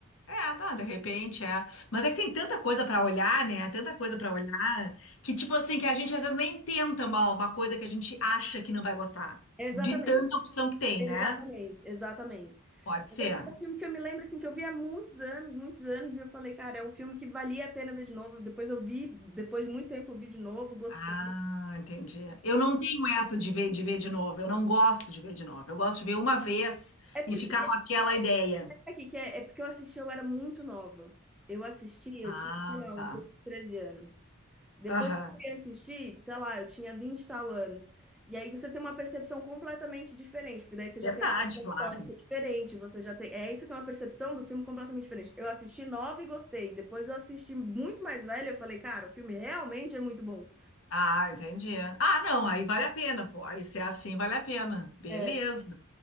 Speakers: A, on the left; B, in the centre.
A: É, não, de repente é. Mas é que tem tanta coisa pra olhar, né? Tanta coisa pra olhar que, tipo assim, que a gente às vezes nem tenta uma, uma coisa que a gente acha que não vai gostar.
B: Exatamente,
A: De tanta opção que tem,
B: exatamente,
A: né?
B: exatamente.
A: Pode
B: Mas
A: ser.
B: é porque é um filme que eu me lembro assim que eu vi há muitos anos, muitos anos, e eu falei, cara, é um filme que valia a pena ver de novo. Depois eu vi, depois de muito tempo eu vi de novo, gostei.
A: Ah, entendi. Eu não tenho essa de ver, de ver de novo. Eu não gosto de ver de novo. Eu gosto de ver uma vez
B: É porque
A: e ficar com aquela ideia.
B: Aqui que é, é porque eu assisti, eu era muito nova. Eu assisti, eu
A: Ah,
B: tinha, sei lá, uns
A: tá.
B: 12, 13 anos. Depois
A: Aham.
B: que eu fui assistir, sei lá, eu tinha 20 e tal anos. E aí você tem uma percepção completamente diferente, porque daí você já
A: Verdade,
B: tem uma noção
A: claro.
B: histórica diferente, você já tem. É, aí você tem uma percepção do filme completamente diferente. Eu assisti nova e gostei. Depois eu assisti muito mais velha, eu falei, cara, o filme realmente é muito bom.
A: Ah, entendi. Ah, não, aí vale a pena, pô. Aí se é assim, vale a pena. Beleza.
B: É,